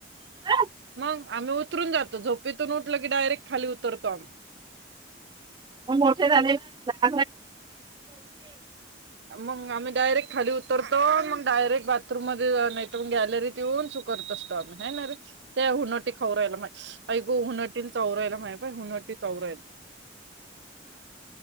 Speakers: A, on the right; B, on the right.
A: <unintelligible>
B: मंग आम्ही उतरून जातो झोपीतून न उटलं की डायरेक्ट खाली उतरतो आम्
A: मग मोठे झाले ना
B: मग आम्ही डायरेक्ट खाली उतरतो मग डायरेक्ट बाथरूम मध्ये नाहीत म गॅलरीत येऊन सु करत असतो आम्ही हाय नारे ते हुनटी खाऊ रायला मा ऐ गो हुनटी चावू रायला माहि हुनटी चावू रायला.